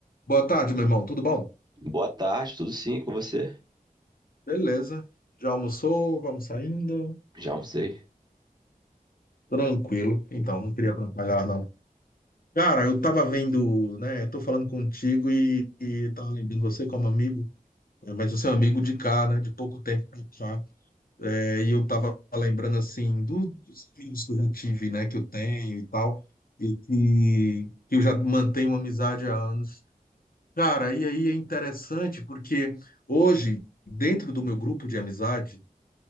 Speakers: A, on the left; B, on the right.
A: Boa tarde, meu irmão. Tudo bom?
B: Boa tarde, tudo sim com você?
A: Beleza. Já almoçou? Vamos saindo?
B: Já almocei.
A: Tranquilo. Então, não queria atrapalhar, não. Cara, eu tava vendo, né? Tô falando contigo e, e tava lembrando você como amigo, eh, mas você é um amigo de cá, né? De pouco tempo pra cá. Eh, e eu tava lembrando, assim, do- dos amigos que eu já tive, né? Que eu tenho e tal. E que, que eu já mantenho uma amizade há anos. Cara, e aí é interessante porque hoje, dentro do meu grupo de amizades